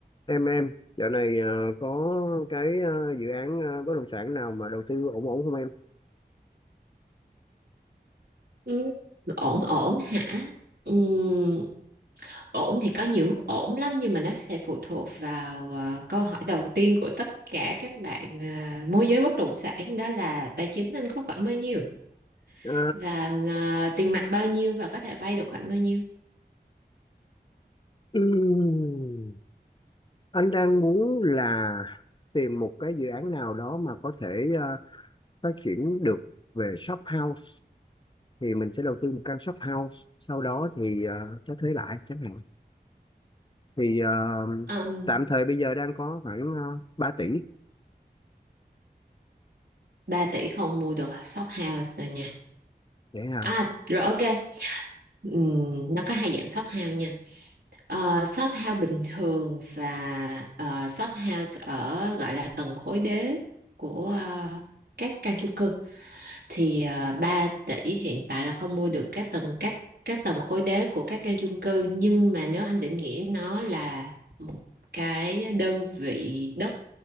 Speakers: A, on the left; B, on the right.
A: em em dạo này ờ, có cái ờ, dự án ờ, bất động sản nào mà đầu tư ổn ổn không em
B: Ừ. ổn ổn hả Ừm, ổn thì có nhiều mức ổn lắm nhưng mà nó sẽ phụ thuộc vào ờ, câu hỏi đầu tiên của tất cả các bạn ờ, môi giới bất động sản đó là tài chính anh có khoảng bao nhiêu
A: Ờ,
B: và ờ, tiền mặt bao nhiêu và có thể vay được khoảng bao nhiêu
A: ừm, anh đang muốn là tìm một cái dự án nào đó mà có thể ờ, phát triển được về shop house thì mình sẽ đầu tư một căn shop house sau đó thì ờ, cho thuê lại chẳng hạn thì ờ,
B: um,
A: tạm thời bây giờ đang có khoảng uh, 3 tỷ
B: 3 tỷ không mua được shop house rồi nha
A: vậy à
B: à rồi ok Ừm, nó có hai dạng shop house nha Uh, shop house bình thường và ờ, shop house ở gọi là tầng khối đế của ờ, các căn chung cư thì uh, 3 tỷ hiện tại là không mua được các tầng các các tầng khối đế của các căn chung cư nhưng mà nếu anh định nghĩa nó là một cái đơn vị đất